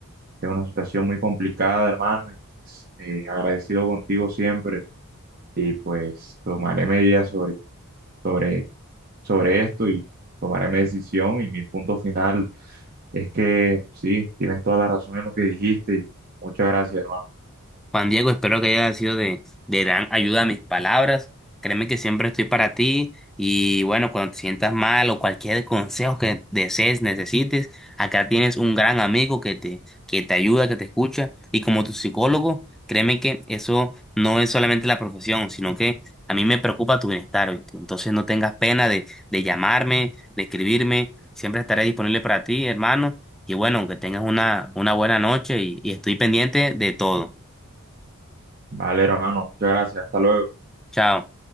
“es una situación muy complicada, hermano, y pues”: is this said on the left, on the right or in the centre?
Right